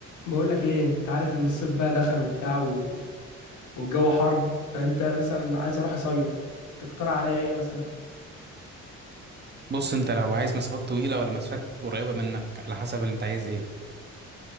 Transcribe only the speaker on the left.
بقول لك ايه انت عارف ان الصيف بقى دخل وبتاع و... والجو حر فانت مثلا عايز اروح اصيف تقترح عليا ايه مثلا